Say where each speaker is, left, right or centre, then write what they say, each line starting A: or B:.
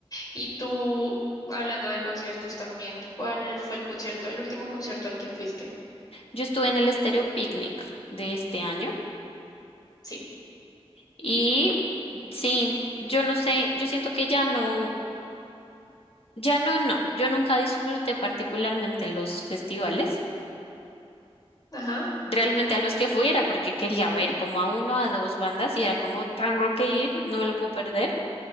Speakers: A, on the left; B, on the left.
A: Y tú, hablando de conciertos también, ¿cuál fue el concierto, el último concierto al que fuiste?
B: Yo estuve en el Estéreo Picnic de este año
A: Sí.
B: y sí, yo no sé, yo siento que ya no, ya no, no. Yo nunca disfruté particularmente los festivales
A: Ajá,
B: realmente a los que fui era porque quería ver como a uno, a dos bandas y era como tengo que ir, no me lo puedo perder.